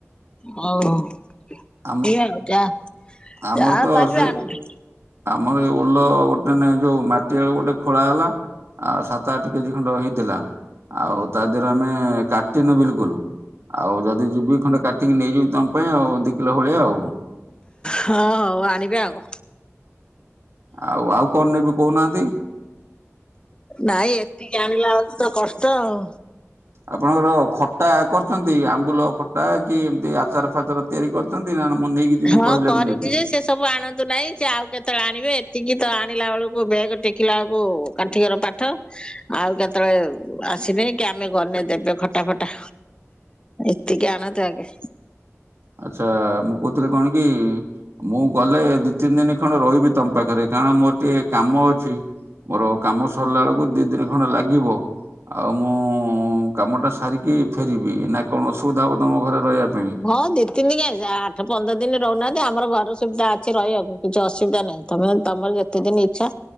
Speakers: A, on the left; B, on the right.
A: ହଉ ହଉ ବୋହିଆଣ
B: ଆମ
A: ଯା,
B: ଆମର
A: ଯା
B: ତ
A: ପାରିବେ
B: ସେ
A: ଆଣନ୍ତୁ।
B: ଆମର ଏଇ ଓଲ ଓଡ୍ ନାଇଁ ନାଇଁ, ଯୋଉ ମାଟି ଆଳୁ ଗୋଟେ ଖୋଳା ହେଲା ଆ ସାତ ଆଠ କେଜି ଖଣ୍ଡ ହେଇଥିଲା। ଆଉ ତା ଦେହରେ ଆମେ କାଟିନୁ ବିଲକୁଲ୍ ଆଉ ଯଦି ଯିବି ଖଣ୍ଡେ କା କାଟିକି ନେଇଯିବି ତମ ପାଇଁ ଆଉ ଦି କିଲ ଭଳିଆ ଆଉ।
A: ହଁ ହଉ ଆଣିବେ ଆଉ।
B: ଆଉ, ଆଉ କଣ ନେବି କହୁନାହାନ୍ତି?
A: ନାଇଁ ଏତିକି ଆଣିଲା ବେଳକୁ ତ କଷ୍ଟ ଆଉ।
B: ଆପଣଙ୍କର ଖ ଖଟା କରିୁଛନ୍ତି ଆମ୍ବୁଲ ଖଟା କି ଏମିତି ଆଚାର ଫାଚାର ତିଆରି କରିଛନ୍ତି ନା ମୁଁ ନେଇକି ଯିବି
A: ହଁ
B: କହିଲେ
A: କରିଛି
B: ମୁଁ ନେବି?
A: ଯେ ସେ ସବୁ ଆଣନ୍ତୁ ନାହିଁ ସେ ଆଉ କେତେବେଳେ ଆଣିବେ ଏତିକି ତ ଆଣିଲା ବେଳକୁ ବ୍ୟେଗ ଟେକିଲା ବେଳକୁ କାଠିକର ପାଠ। ଆଉ କେତେବେଳେ ଆସିବେ କି ଆମେ ଗଲେ ଦେବେ ଖଟା ଫଟା। ଏତିକି ଆଣନ୍ତୁ ଆଗେ।
B: ଆଚ୍ଛା ମୁଁ କହୁଥିଲି କଣ କି ମୁଁ ଗଲେ ଦି ତିନି ଦିନ ଖଣ୍ଡ ରହିବି ତମ ପାଖରେ କାରଣ ମୋର ଟିକେ କାମ ଅଛି। ମୋର କାମ ସରିଲା ବେଳକୁ ଦି ଦିନି ଖଣ୍ଡେ ଲାଗିବ। ଆଉ ମୁଁ-ଉ-ଉ-ଉ କାମଟା ସାରିକି ଫେରିବି ନା କଣ ଅସୁବିଧା ହବ ତମ ଘରେ ରହିବା ପାଇଁ?
A: ହଁ ଦି ତିନି କାଇଁ ଆଠ ପନ୍ଦର ଦିନ ରହୁନାହାନ୍ତି ଆମର ଘର ସୁବିଧା ଅ ଅଛି ରହିବାକୁ କିଛି ଅସୁବିଧା ନାହିଁ ତମେ ତମର ଯେତେଦିନ ଇଚ୍ଛା।